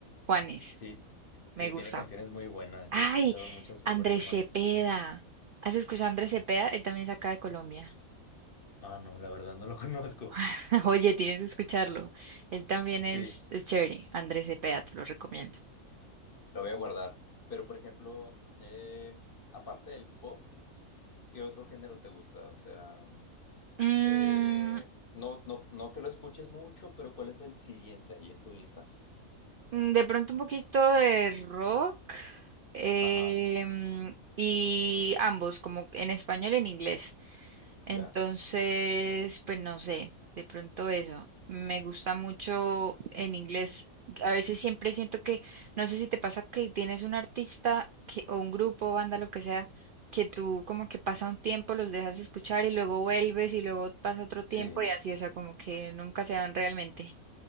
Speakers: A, on the right (about 80°); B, on the left (about 45°).
A: Juanes.
B: Sí, sí,
A: Me gusta.
B: tiene canciones muy buenas.
A: Ay,
B: Yo he escuchado muchas muy
A: Andrés
B: buenas de Juanes.
A: Cepeda. ¿Has escuchado a Andrés Cepeda? Él también es acá de Colombia.
B: Ah, no, la verdad no lo <laughs> conozco.
A: <laughs> Oye, tienes que escucharlo. Él también
B: Sí,
A: es, es chévere. Andrés Cepeda, te lo recomiendo.
B: lo voy a guardar. Pero, por ejemplo, eh, aparte del pop, ¿qué otro género te gusta? O sea,
A: Mm,
B: eh, no, no, no que lo escuches mucho, pero ¿cuál es el siguiente ahí en tu lista?
A: mm, de pronto un poquito de rock. em,
B: Ajá,
A: y ambos, como en español y en inglés. Entonces,
B: ya.
A: pues no sé, de pronto eso. Me gusta mucho en inglés. A veces siempre siento que, no sé si te pasa que tienes un artista que, o un grupo, banda, lo que sea, que tú como que pasa un tiempo, los dejas de escuchar y luego vuelves y luego pasa otro tiempo
B: Sí.
A: y así, o sea, como que nunca se van realmente.